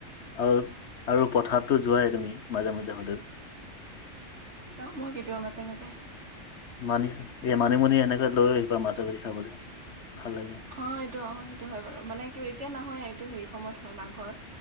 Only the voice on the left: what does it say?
আৰু আৰু পথাৰতটো যোৱাই তুমি মাজে মাজে হ'লেও
মানিছো এ মানিমুনি এনেকে লৈ আহিবা মাছৰ গৰি খাবলে ভাল লাগে